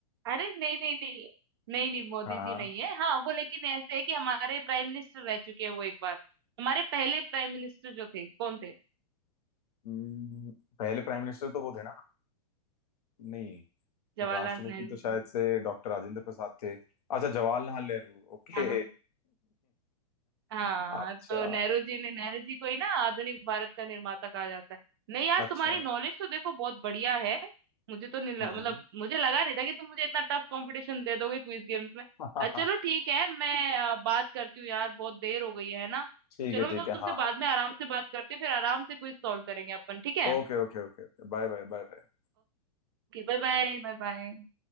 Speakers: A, on the right; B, on the left.
A: अरे नहीं नहीं नहीं नहीं नहीं मोदी
B: हाँ
A: जी
B: हाँ
A: नहीं है हाँ वो लेकिन ऐसे है कि हमारे प्राइम मिनिस्टर रह चुके हैं वो एक बार हमारे पहले प्राइम मिनिस्टर जो थे कौन थे
B: हम्म, पहले प्राइम मिनिस्टर तो वो थे ना नहीं
A: जवाहरलाल
B: राष्ट्रपति
A: नेहरू
B: तो शायद
A: जी
B: से डॉक्टर राजेंद्र प्रसाद थे अच्छा जवाहरलाल नेहरू ओके
A: हाँ हाँ हाँ
B: अच्छा
A: तो नेहरू जी ने नेहरू जी को ही ना आधुनिक भारत का निर्माता कहा जाता है नहीं यार
B: अच्छा
A: तुम्हारी नॉलेज तो देखो बहुत बढ़िया है मुझे तो नहीं ल-
B: हम्म
A: मतलब मुझे लगा नहीं था कि तुम मुझे इतना टफ कंपटीशन दे दोगे क्विज गेम्स में
B: <laughs>
A: अ, चलो ठीक है मैं अ, बात करती हूँ यार बहुत देर हो गई है ना
B: ठीक
A: चलो
B: है ठीक
A: मैं
B: है
A: तुमसे
B: हाँ
A: बाद
B: हाँ
A: में आराम से बात करती हूँ फिर आराम से क्विज सॉल्व करेंगे अपन ठीक है
B: Okay okay okay Bye bye bye bye
A: Okay bye bye bye bye